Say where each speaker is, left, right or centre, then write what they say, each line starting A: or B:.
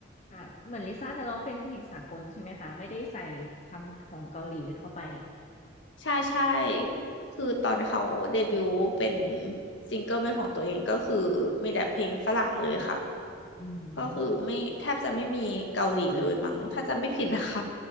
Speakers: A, on the left; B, on the left.
A: ค่ะเหมือนลิซ่าจะร้องเป็นเพลงสากลใช่ไหมคะไม่ได้ใส่คำของเกาหลีเข้าไป
B: ใช่ใช่คือตอนเขาเดบิวต์เป็นซิงเกิลเป็นของตัวเองก็คือมีแต่เพลงฝรั่งเลยค่ะ
A: อืม
B: ก็คือไม่แทบจะไม่มีเกาหลีเลยมั้งถ้าจำไม่ผิดนะคะ